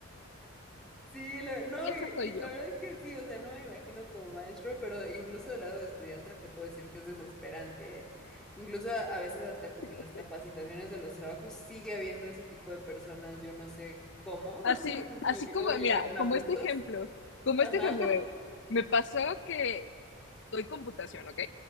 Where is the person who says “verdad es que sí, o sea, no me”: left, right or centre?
Centre